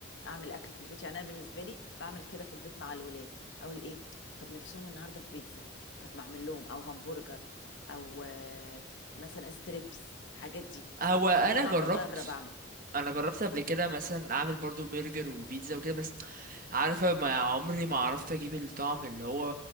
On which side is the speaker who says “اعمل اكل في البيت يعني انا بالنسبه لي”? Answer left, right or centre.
Left